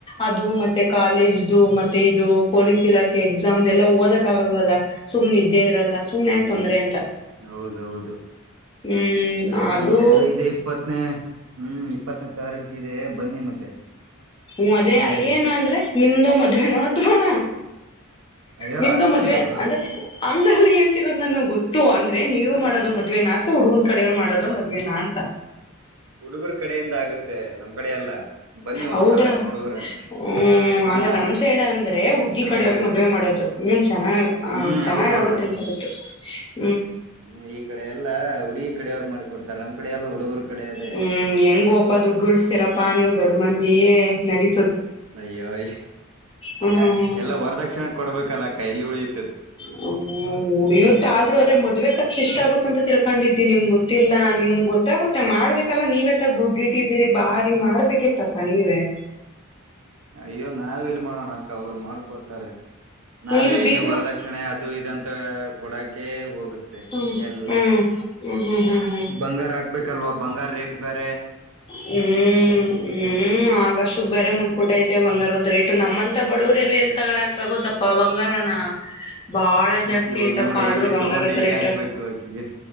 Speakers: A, on the left (about 25°); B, on the right (about 70°).
A: ಅದು ಮತ್ತೆ ಕಾಲೇಜ್ದು ಮತ್ತೆ ಇದು ಪೊಲೀಸ್ ಇಲಾಖೆ ಎಕ್ಸಾಮ್ದ ಎಲ್ಲಾ ಓದಕ್ ಆಗಲ್ವಲ್ಲ ಸುಮ್ನ ಇದ್ದೇ ಇರಲ್ಲ ಸುಮ್
B: ಹ್ಮ್
A: ಯಾಕೆ ತೊಂದ್ರೆ ಅಂತ
B: ಹೌದೌದು
A: ಹ್ಮ್
B: ಅದಕ್ಕ
A: ಆದ್ರೂ
B: ಮತ್ತೆ ಇದೇ ಇಪ್ಪತ್ತೇ ಹ್ಮ್ ಇಪ್ಪತ್ತನೇ ತಾರೀಕ ಇದೆ ಬನ್ನಿ ಮತ್ತೆ
A: ಮದೇ
B: ಮದ್ವೆಗೆ
A: ಏನು ಅಂದ್ರೆ ನಿಮ್ದ ಮದ್ವೆನೋ ಅಥವಾ
B: ಅಯ್ಯೋ
A: ನಿಮ್ದ
B: ಅಕ್ಕಂದು
A: ಮದ್ವೆ ಅಂದ್ರೆ ಅಂಗಲ್ಲಿ ಹೇಳ್ತಿರೋದ ನ ಗೊತ್ತು ಅಂದ್ರೆ ನೀವು
B: ಹ
A: ಮಾಡೋದು ಮದ್ವೆ ನಕ ಹುಡ್ಗನ್ ಕಡೆಯವ್ರು ಮಾಡೋದ ಮದ್ವೆೇನಾ ಅಂತ
B: ಹುಡುಗರು ಕಡೆಯಿಂದ ಆಗುತ್ತೆ ನಮ್ ಕಡೆ ಎಲ್ಲ ಬನ್ನಿ ಒಂದ್ಸಲ
A: ಹೌದಾ
B: ನೋಡೋರಂತೆ
A: ಹ್ಮ್
B: ಹಾ
A: ಅಂದ್ರೆ ನಮ್ ಸೈಡ್ ಅಂದ್ರೆ ಹುಡ್ಗಿ
B: ಚೆನ್ನಾಗ್
A: ಕಡೆಯವರು
B: ಆಗುತ್ತೆ
A: ಮದ್ವೆ ಮಾಡೋದು ಹ್ಮ ಚೆನ್ನಾಗ್ ಆ
B: ಹ್ಮ್
A: ಚೆನ್ನಾಗ್
B: ಹೌದು
A: ಆಗುತ್ತೆ ಅಂತ ಹೇಳ್ಬಿತು <inaudible>
B: ಹ್ಮ್ ಈ ಕಡೆ ಎಲ್ಲಾ ಹುಡುಗಿ ಕಡೆಯವ್ರು ಮಾಡಿ ಕೊಡ್ತಾರೆ ನಮ್ ಕಡೆ ಎಲ್ಲ ಹುಡುಗರ ಕಡೆ ಅದೇ
A: ಹ್ಮ್ ಹೆಂಗೋಪ ದುಡ್ಡು ಉಳಸ್ತೀರಪ್ಪಾ ನೀವು ದೊಡ್ ಮಂದಿ ನಡಿ
B: ಅಯ್ಯೋಯ
A: ಹ್ಮ್ ಹ್ಮ್ ಹ್ಮ್
B: ಎಲ್ಲ ವರದಾಕ್ಷಣೆ ಕೊಡ್ಬೇಕು ಕಲಾಕ್ಕ ಎಲ್ಲಿ ಉಳಿಯುತ್
A: ಹ್ಮ ಇವತ್ತು ಆದ್ರರು ಅದೇ ಮದ್ವೆ ಖರ್ಚು ಎಷ್ಟ ಆಗುತ್ತ ಅಂತ ತಿಳ್ ಹಕೊಂಡಿದ್ದಿ ನಿಮ್ ಗೊತ್ತಿಲ್ಲಾ ನಿಮ್ ಗೊತ್ತಾಗುತ್ತೆ ಮಾಡ್ಬೇಕಲ್ಲ ನೀವೇತ್ತಗ ದುಡ್ಡು ಇಟ್ಟಿದ್ದೀರಿ ಬಾರಿ ಮಾಡ್ಬೇಕಿತ್ತಪ್ಪ ನೀವೇ
B: ಅಯ್ಯೋ ನಾವೆಲ್ಲಿ ಮಾಡೋಣ ಅಕ್ಕ ಅವ್ರು ಮಾಡ್ಕೊತಾರೆ ನಾವೇ
A: ಇದು ಬೀಗ್ರೂಟ್
B: ಇಲ್ಲಿ ವರದಕ್ಷಿಣೆ ಕ್ಷಣೆ ಅದು ಇದು ಕೊಡಕೆ ಹೋಗುತ್ತೆಯಲ್ಲ
A: ಹ್ಮ್ ಹ್ಮ್ ಹ್ಮ್ ಹ್ಮ್ ಹ್ಮ್ ಹ್ಮ್
B: ಬಂಗಾರ ಹಾಕ್ಬೇಕಲ್ವಾ ಬಂಗಾರ ರೇಟ್ ಬೇರ್
A: ಹ್ಮ್ ಹ್ಮ್ ಆಕಾಶಕ್ ಬೇರೆ ಮುಟ್ಟಬೂಟಾಯಿತೇ ಬಂಗಾರದ ರೇಟ್ ನಮ್ಮನ್ ಬಡವರಲ್ಲಿ
B: ಮತ್ತೆ
A: ಎಲ್ಲಿ ತಗಳಕ ಆಗುತ್ತಪ್ಪಾ ಬಂಗಾರನ ಬಾಳ ಜಾಸ್ತಿ
B: ಮತ್ತೆ ಇವಾಗ
A: ಐತಪ್ಪ
B: ನೋಡಿ
A: ಆದ್ರೂ
B: ಎಲ್ಲಿ
A: ಬಂಗಾರದ
B: ತಗೊಂಡು ಎಲ್ಲಿ
A: ರೇಟ್
B: ಹಾಕ್ಬೇಕು ಆಕಿಗೆ